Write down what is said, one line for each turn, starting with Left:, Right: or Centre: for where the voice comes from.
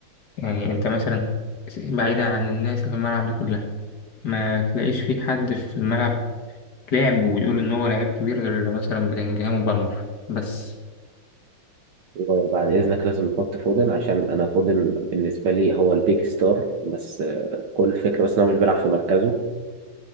Left: يعني أنت مثلا بعيدا عن الناس اللي في الملعب دي كلها ما تلاقيش في حد في الملعب لعب ويقول إن هو لعيب كبير غير مثلا بلينجهام وبالمر بس
Right: وبعد اذنك لازم نحط فودن عشان انا فودن بالنسبه لي هو البيج ستار بس آه، كل الفكره بس ان هو مش بيلعب في مركزه